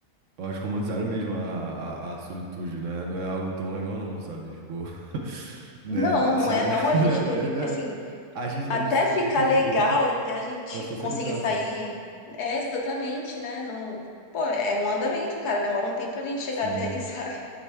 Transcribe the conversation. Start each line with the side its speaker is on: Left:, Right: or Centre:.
Right: acho que romantizaram mesmo a, a, a solitude, né? Não é algo tão legal não, sabe? Tipo, <laughs> né?
Left: não, não
Right: Sabe?
Left: é não.
Right: <laughs>
Left: A
Right: Né?
Left: gente
Right: Né?
Left: teve que,
Right: Né?
Left: assim,
Right: A gente,
Left: até
Right: a gente,
Left: ficar
Right: a gente foi
Left: legal,
Right: feito pra,
Left: até a gente
Right: pra socializar,
Left: conseguir sair,
Right: sabe?
Left: é exatamente, né? Não, pô, é um andamento, cara. Demora um tempo pra gente chegar
Right: Sim,
Left: até aí, <laughs> sabe?